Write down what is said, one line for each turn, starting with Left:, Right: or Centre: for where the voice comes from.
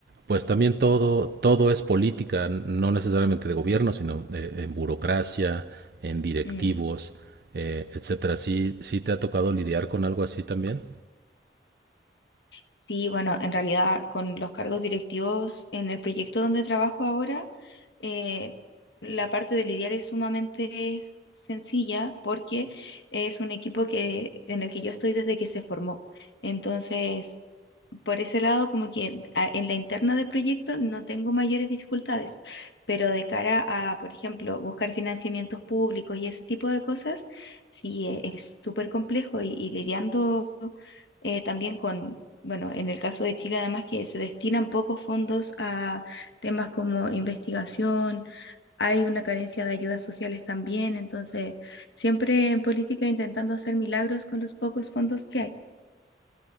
Right: pues también todo, todo es política, no necesariamente de gobierno, sino eh, en burocracia, en directivos,
Left: Mm.
Right: eh, etcétera. ¿Sí, sí te ha tocado lidiar con algo así también?
Left: Sí, bueno, en realidad con los cargos directivos en el proyecto donde trabajo ahora, eh, la parte de lidiar es sumamente sencilla porque es un equipo que, en el que yo estoy desde que se formó. Entonces, por ese lado, como que a- en la interna del proyecto no tengo mayores dificultades, pero de cara a, por ejemplo, buscar financiamientos públicos y ese tipo de cosas, sí eh, es súper complejo y, y lidiando eh, también con, bueno, en el caso de Chile además que se destinan pocos fondos a temas como investigación. Hay una carencia de ayudas sociales también, entonces siempre en política intentando hacer milagros con los pocos fondos que hay.